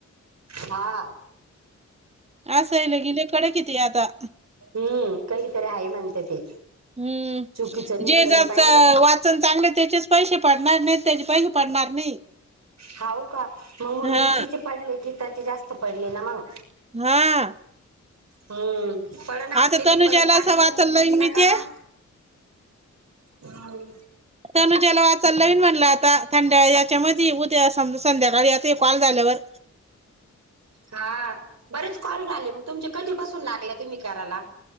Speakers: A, on the right (about 60°); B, on the right (about 20°).
A: हा
B: असं ते आता लई कडक आहे ते आता
A: हम्म काही तरी आहे म्हणत्या ते
B: हम्म
A: चुकीचं निघलं
B: जे
A: नाही
B: ज
A: पाहिजे
B: वा चांगले त्याचेच पैसे पडणार नाही त्याचे पैसे पडणार नाही
A: हाव का मग म्हणूनच
B: हा
A: हिचे पडले गीताचे जास्त पडले ना मग
B: हा
A: हम्म पळण आपले
B: आता
A: बी
B: तनुजाला
A: पळण चांगलं
B: असं वाचन
A: नि किती
B: लाईन
A: न
B: मी
A: करा
B: ते
A: हम
B: तनुज्याला वाचाल लावीन म्हणलं आता थंड्या याच्यामध्ये उद्या संध्याकाळी आता कॉल झाल्यावर
A: हा बरेच कॉल झाले मग तुमचे कधीपासून लागले तुम्ही करायला